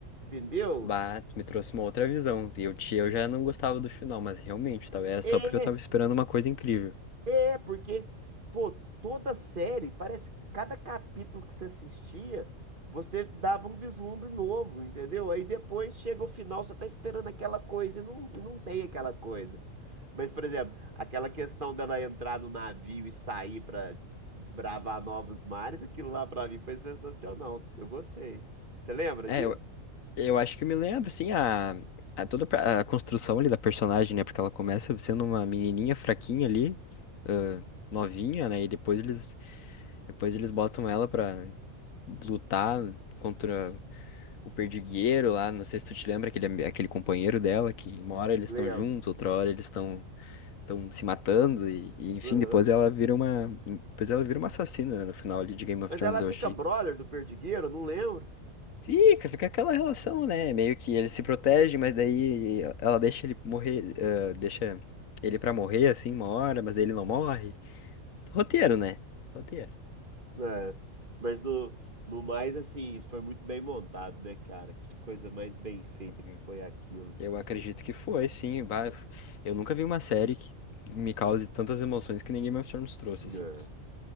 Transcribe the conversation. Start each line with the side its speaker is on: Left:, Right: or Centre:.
Right: entendeu?
Left: Bah, tu me trouxe uma outra visão. Eu, te- eu já não gostava do final, mas realmente, talvez É
Right: É,
Left: só porque eu tava esperando uma coisa incrível.
Right: É, porque, pô, toda série, parece que cada capítulo que você assistia, você dava um vislumbre novo, entendeu? Aí depois chega o final, você tá esperando aquela coisa e não, e não tem aquela coisa. Mas, por exemplo, aquela questão dela entrar no navio e sair pra desbravar novos mares, aquilo lá pra mim foi sensacional. Eu gostei. Você lembra
Left: É,
Right: disso?
Left: eu, eu acho que eu me lembro, assim, a, a toda a construção ali da personagem, né? Porque ela começa sendo uma menininha fraquinha ali, ãh, novinha, né? E depois eles, depois eles botam ela pra lutar contra. o perdigueiro lá, não sei se tu te lembra, aquele, ami- aquele companheiro dela, que uma hora eles
Right: Lembro.
Left: estão juntos, outra hora eles estão estão se matando, e, e, enfim,
Right: Aham.
Left: depois ela vira uma. Depois ela vira uma assassina, né, no final ali de Game of
Right: Mas
Left: Thrones,
Right: ela
Left: eu
Right: fica
Left: achei.
Right: brother do Perdigueiro, eu não lembro.
Left: Fica, fica aquela relação, né? Meio que ele se protege, mas daí ela deixa ele morrer, ah, deixa ele pra morrer assim uma hora, mas daí ele não morre. Roteiro, né? Roteiro.
Right: É, mas no, no mais, assim, foi muito bem montado, né, cara? Que coisa mais bem feita
Left: Uhum.
Right: que foi aquilo.
Left: Eu acredito que foi, sim. bah, Eu nunca vi uma série que me cause tantas emoções que nem Game of Thrones trouxe,
Right: É.
Left: assim.